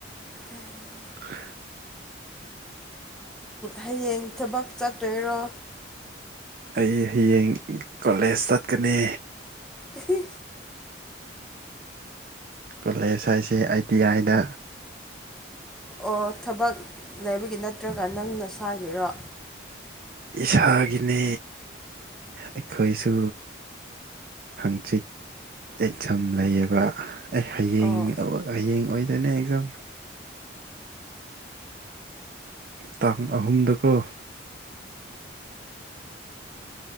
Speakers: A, in the centre; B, on the right (about 50°).
A: ꯎꯝ
B: <unintelligible>
A: ꯍꯌꯦꯡ ꯊꯕꯛ ꯆꯠꯇꯣꯏꯔꯣ
B: ꯑꯩ ꯍꯌꯦꯡ ꯀꯣꯂꯦꯖ ꯆꯠꯀꯅꯤ
A: ꯑꯍꯤ
B: ꯀꯣꯂꯦꯖ ꯍꯥꯏꯁꯦ ꯑꯩꯇꯤ ꯌꯥꯏꯗ
A: ꯑꯣ ꯊꯕꯛ ꯂꯩꯕꯒꯤ ꯅꯠꯇ꯭ꯔꯒ ꯅꯪ ꯅꯁꯥꯒꯤꯔꯣ
B: ꯏꯁꯥꯒꯤꯅꯦ ꯑꯩꯈꯣꯏꯁꯨ ꯍꯪꯆꯤꯛ ꯌꯦꯟꯁꯝ ꯂꯩꯌꯦꯕ ꯑꯦ ꯍꯌꯦꯡ
A: ꯑꯣ
B: ꯍꯌꯦꯡ ꯑꯣꯏꯗꯣꯏꯅꯦ ꯑꯦꯛꯖꯥꯝ ꯇꯥꯡ ꯑꯍꯨꯝꯗꯀꯣ